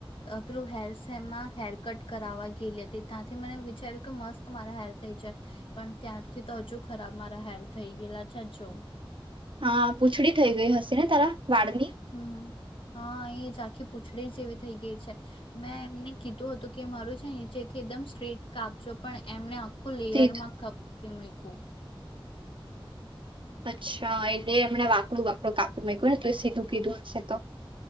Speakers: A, on the left (about 70°); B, on the right (about 65°).
A: પેલું હેર શેમાં હેર કટ કરાવવા ગયેલી હતી ત્યાંથી મને વિચાર્યું કે મસ્ત મારા હેર થઈ જાય પણ ત્યારથી તો હજુ ખરાબ મારા હેર થઈ ગયેલા છે જો
B: હા પૂંછડી થઈ ગઈ હશે ને તારા વાળની
A: હમ હા એજ આખી પૂછડી જેવી થઈ ગઈ છે મેં એમને કીધું હતું કે મારું છે નીચેથી એકદમ સ્ટ્રેટ કાપજો પણ એમને આખુ લેયરમાં
B: સીધી
A: કપી મુકયું
B: અચ્છા એટલે હમણાં વાકડું વાકડું કાપી માંક્યું ને તો સીધું કીધું હશે તો